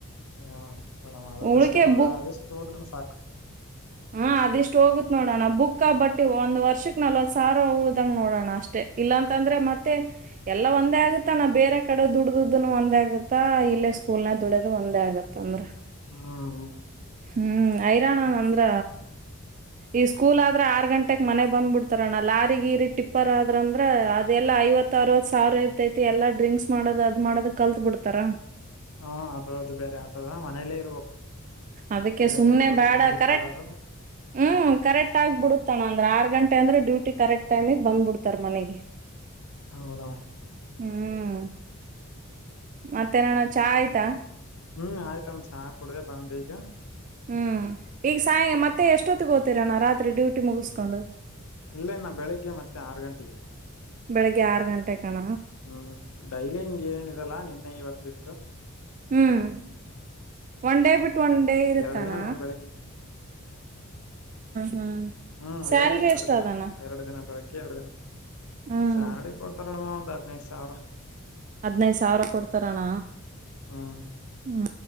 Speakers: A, on the left; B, on the right.
A: ಹ್ಮ ಮೇಡ್ ಅ ಅದೆಷ್ಟು
B: ಉಳಿಕೆ
A: ಗುಣ
B: ಬುಕ್
A: ಅದೆಷ್ಟು ಹೋಳ ಜನ ಸಾಕು <unintelligible>
B: ಹಾ ಅದಿಷ್ಟು ಹೋಗುತ್ ನೋಡಣ ಬುಕ್ ಬಟ್ಟಿ ಒಂದ ವರ್ಷಕ್ ನಲ್ವತ್ ಸಾವಿರ ಉಳ್ದಂಗ ನೋಡೋಣ ಅಷ್ಟೇ ಇಲ್ಲಾ ಅಂತ ಅಂದ್ರೆ ಮತ್ತೆ ಎಲ್ಲ ಒಂದೇ ಆಗತ್ತಾ ನಾ ಬೇರೆ ಕಡೆ ದುಡ್ದದನು ಒಂದೇ ಆಗುತ್ತಾ ಇಲ್ಲೇ ಸ್ಕೂಲ್ನ ದುಡ್ಯದು ಒಂದೇ ಆಗತ್ತ ತೊಂದ್ರ
A: ಹ್ಮ್ ಹ್ಮ
B: ಹ್ಮ್ ಹೈರಾಣ ಅಂದ್ರ ಈ ಸ್ಕೂಲ್ ಆದ್ರ ಆರ್ ಗಂಟೆಗೆ ಮನೆ ಬಂದ್ಬ ಬಿಡ್ತಾರಣ್ಣ ಲಾರಿ ಗೀರಿ ಟಿಪ್ಪರ್ ಆದ್ರ ಅಂದ್ರ ಅದೆಲ್ಲಾ ಐವತ್ತು ಅವತ್ ಸಾವಿರ ಐತೈತಿ ಎಲ್ಲ ಡ್ರಿಂಕ್ಸ್ ಮಾಡೋದ ಅದ್ ಮಾಡೋ್ ಕಲ್ತ್ ಬಿಡ್ತಾರ
A: ಹಾ ಅದು ಅದು ಬೇರೆ ಆತದ ಮನೇಲ್ಲೇ ಇರ್ಬೇಕು
B: ಅದಕ್ಕೆ
A: ಬೆಳಿಗ್ಗೆ
B: ಸುಮ್ನೆ
A: ಹೋಗಿ
B: ಬೇಡ
A: ಸಂಜೆಗ್
B: ಕರೆಕ್ಟ್
A: ಬರೋದು
B: ಹ್ಮ್ ಕರೆಕ್ಟ್ ಆಗ್ಬ ಬಿಡತಣ ಅಂದ್ರೆ ಆರ್ ಗಂಟೆ ಅಂದ್ರೆಡ್ಯೂಟಿ ಕರೆಕ್ಟ್ ಟೈಮಗ್ ಬಂದ್ಬಿಡ್ತಾರ ಮನೆಗೆ <unintelligible>
A: ಹ ಹೌದಮ್ಮ
B: ಹ್ಮ್ ಮತ್ತೆನಣ ಚಾ ಆಯ್ತಾ
A: ಹ್ಮ್ ಆಯ್ತಮ್ಮ ಚಾ ಕುಡ್ರ ಬಂದ್ ಈಗ
B: ಹ್ಮ್ ಈಗ ಸಾಯಂ ಮತ್ತೆ ಎಷ್ಟೊತ್ತಿಗೆ ಹೋತರಣ ರಾತ್ರಿ ಡ್ಯೂಟಿ ಮುಗಿಸ್ಕೊಂಡು
A: ಇಲ್ಲ ಇನ್ನು ಬೆಳಿಗ್ಗೆ ಮತ್ತೆ ಆರು ಗಂಟೆಗೆ
B: ಬೆಳಿಗ್ಗೆ ಆರು ಗಂಟೆ ಕಣ
A: ಹ್ಮ್ ಡೈಲಿಂಗ ಏನಿರಲ್ಲ ನಿನ್ನೆ ಇವತ್ತಿತ್ತು
B: ಹ್ಮ್ ಒನ್ ಡೇ ಬಿಟ್ಟು ಒನ್ ಡೇ ಇರುತ್ತಾನ್ಣ
A: ಎರಡ್ ದಿನ
B: ಹ್ಮ್
A: ಹ್ಮ್
B: ಸ್ಯಾಲ್ರಿ
A: ಎರಡು ದಿನ ಎರಡು
B: ಎಷ್ಟ
A: ದಿನ
B: ಅದಣ
A: ಎರಡು ದಿನ ಬೆಳಗ್ಗೆ ಕೇಳ
B: ಹ್ಮ್
A: ಸ್ಯಲ್ರಿ ಕೊಡ್ತಾರಣಮ್ಮ ಒಂದ್ ಹದ್ ನೈದು ಸಾವಿರ
B: ಹದ್ನೈದ ಸಾವಿರ ಕೊಡ್ತಾರಣ
A: ಹ್ಮ್
B: ಹ್ಮ